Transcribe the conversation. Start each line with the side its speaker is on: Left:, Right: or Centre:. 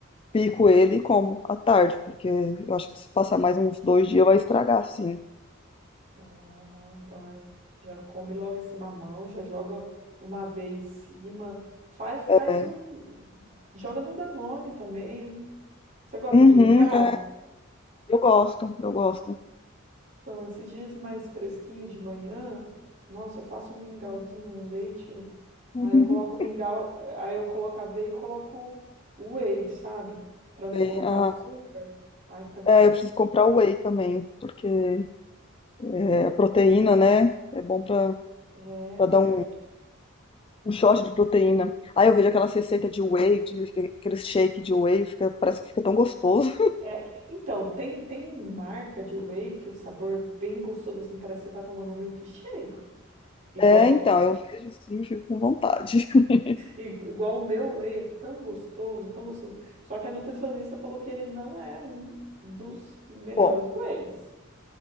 Left: pico ele e como à tarde, porque eu acho que se passar mais uns dois dias vai estragar, sim.
Right: Ah, não, então é, já come logo esse mamão, já joga uma aveia em cima, faz,
Left: É.
Right: faz um, joga no Danone também. Você gosta
Left: Uhum,
Right: de mingau?
Left: é, eu gosto, eu gosto. <laughs>
Right: Então, esses dias mais fresquinhos de manhã, nossa, eu faço um mingauzinho, um leite,
Left: Uhum.
Right: aí eu coloco o mingau, aí eu coloco a aveia e coloco o whey, sabe? Para não
Left: Bem,
Right: colocar
Left: ah,
Right: açúcar, aí fica tão
Left: é,
Right: bom.
Left: eu preciso comprar whey também, porque é, a proteína, né? É bom pra,
Right: É,
Left: pra dar um,
Right: é
Left: um shot de proteína. Aí eu vejo aquelas receitas de whey, de, aquele shake de whey, fica, parece que fica tão gostoso.
Right: É, então, tem, tem marca de whey que o sabor é bem gostoso, assim, parece que você tá tomando um milkshake. Igual,
Left: É, então, eu vejo sim, fico com vontade. <laughs>
Right: i- igual o meu whey é tão gostoso, tão gostoso. Só que a nutricionista falou que ele não é um dos melhores
Left: Bom,
Right: wheys,